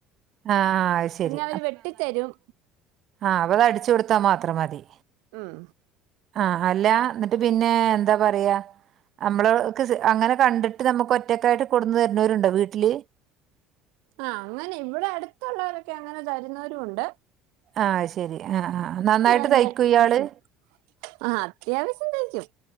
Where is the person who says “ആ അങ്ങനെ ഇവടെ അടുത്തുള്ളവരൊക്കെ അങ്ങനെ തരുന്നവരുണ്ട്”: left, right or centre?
Right